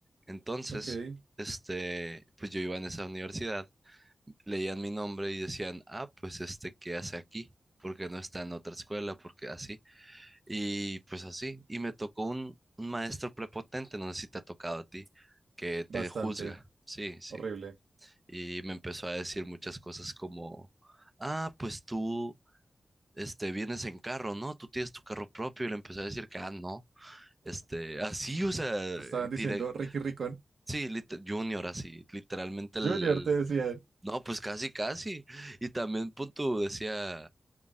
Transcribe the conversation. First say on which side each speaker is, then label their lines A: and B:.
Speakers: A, on the right (about 15°); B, on the right (about 70°).
A: Entonces,
B: ok,
A: este, pues yo iba en esa universidad, leían mi nombre y decían, ah, pues este, ¿qué hace aquí? Porque no está en otra escuela, porque así. Y pues así. Y me tocó un, un maestro prepotente, no sé si te ha tocado a ti, que te
B: bastante,
A: juzga. Sí, sí
B: horrible.
A: y me empezó a decir muchas cosas como, ah, pues tú, este, vienes en carro, ¿no? Tú tienes tu carro propio y le empezó a decir que, ah, no, este, así, o sea,
B: Te estaban diciendo
A: direct,
B: Ricky Ricón.
A: sí, lit- Junior, así, literalmente
B: Junior
A: el, el,
B: te decían.
A: no, pues casi, casi, y también punto decía...